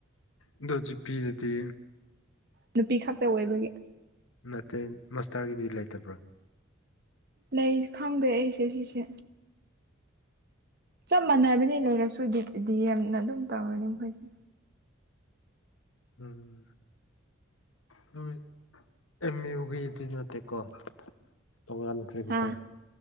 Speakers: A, on the left; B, on the right.
A: ꯑꯗꯨ ꯍꯧꯖꯤ ꯄꯤꯗꯨꯗꯤ
B: ꯅꯨꯄꯤ ꯈꯛꯇ ꯑꯣꯏꯕꯒꯤ
A: ꯅꯠꯇꯦ ꯃꯁꯇꯔꯒꯤꯗꯨꯗꯤ ꯂꯩꯇꯕ꯭ꯔꯥ
B: ꯂꯩ ꯈꯪꯗꯦ ꯑꯩꯁꯦ ꯁꯤꯁꯦ ꯆꯞ ꯃꯥꯟꯅꯕꯅꯤ ꯂꯩꯔꯁꯨꯗꯤ ꯗꯤ ꯌꯥꯝꯅ ꯑꯗꯨꯝ ꯇꯧꯔꯅꯤ ꯃꯈꯣꯏꯁꯦ
A: ꯎꯝ ꯅꯣꯏ ꯑꯦꯝ ꯌ ꯌꯨꯒꯤꯗꯤ ꯅꯠꯇꯦꯀꯣ ꯇꯣꯉꯥꯟꯈ꯭ꯔꯦꯗꯤꯀꯣ
B: ꯍꯥ